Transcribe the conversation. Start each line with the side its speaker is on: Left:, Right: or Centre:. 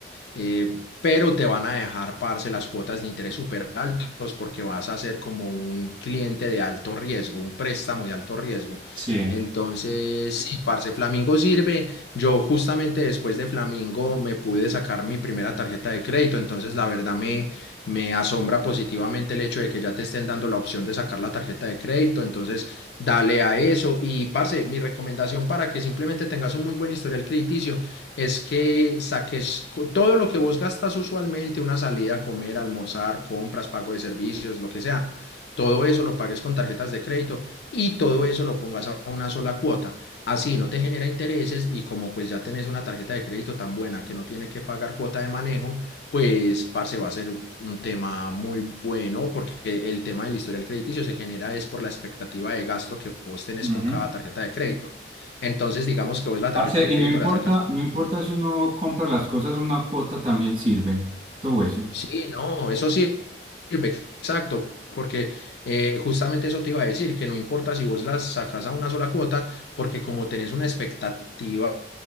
Left: eh, pero te van a dejar, parce, las cuotas de interés súper altos porque vas a ser como un cliente de alto riesgo, un préstamo de alto riesgo.
Right: Sí.
Left: Entonces, sí, parce, Flamingo sirve. Yo justamente después de Flamingo me pude sacar mi primera tarjeta de crédito, entonces la verdad me me asombra positivamente el hecho de que ya te estén dando la opción de sacar la tarjeta de crédito. Entonces, dale a eso. Y, parce, mi recomendación para que simplemente tengas un muy buen historial crediticio es que saques co- todo lo que vos gastas usualmente, una salida a comer, almorzar, compras, pago de servicios, lo que sea. Todo eso lo pagues con tarjetas de crédito y todo eso lo pongas a una sola cuota. Así no te genera intereses y como pues ya tenés una tarjeta de crédito tan buena que no tiene que pagar cuota de manejo, pues, parce, va a ser un tema muy bueno porque el tema del historial crediticio se genera es por la expectativa de gasto que vos tenés
Right: Ujú.
Left: con cada tarjeta de crédito. Entonces, digamos que vos la tarjeta
Right: Parce,
Left: de
Right: y
Left: crédito
Right: no importa,
Left: la sacas.
Right: no importa si uno compra las cosas a una cuota, también sirve todo eso.
Left: Sí, no, eso sí sirve, exacto, porque eh, justamente eso te iba a decir, que no importa si vos las sacas a una sola cuota, porque como tenés una expectativa